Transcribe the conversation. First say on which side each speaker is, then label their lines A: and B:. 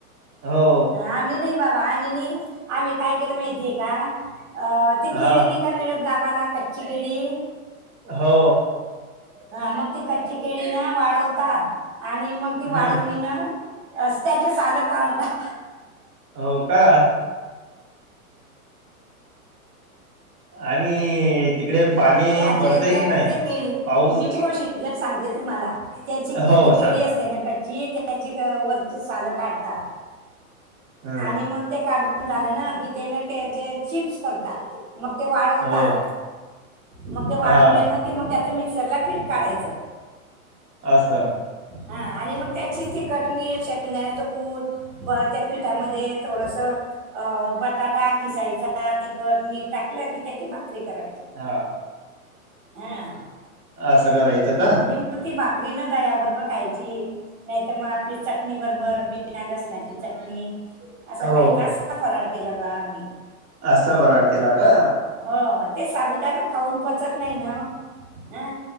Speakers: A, on the right; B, on the right.
A: हो.
B: आम्ही नाही बाबा आम्ही नाही आम्ही काय केलं माहितीये का अ ती
A: हा.
B: केळी नाही का मिळत गावाला कच्ची केळी?
A: हो.
B: हा मग ती कच्ची केळी ना वाळवंतात आणि मग ती
A: हम्म.
B: वाळवलीना. अस्त्याची साल काढतात.
A: हो का आणि तिकडे पाणी
B: त्याचे
A: पडतंय
B: त्या
A: की नाही?
B: ते केळी
A: पाऊस?
B: मी प्रोसिजर सांगते तुम्हाला. त्याची के
A: हो
B: किती केळी
A: सांगा.
B: असते ना कच्ची त्याची वरची सालं काढतात.
A: हं.
B: आणि मग ते काढून झाले ना की त्यानं त्याचे चिप्स करतात. मग ते वाळवतात
A: हो.
B: मग ते वाळवले
A: हां.
B: ना की मग त्याचं मिक्सरला काढायचं.
A: असं
B: हा आणि मग त्याची तिखट मीठ शेदाण्याचं कूट बर मीठा मध्ये थोडसं अ बटाटा खिसायचा तिखट मीठ टाकलं की त्याची भाकरी करायची.
A: हा
B: हम्म
A: असं करायचं का.
B: हो ती भाकरी न दयाबरोबर खायची. नाही तर मग आपली चटणी बरोबर बिना लसणाची चटणी. असं
A: हो.
B: खायचं असा फरारल केला ब आम्ही.
A: असा फराळ केला का?
B: हो ते साबुदाणा खाऊन पचत नाही ना ह्अ.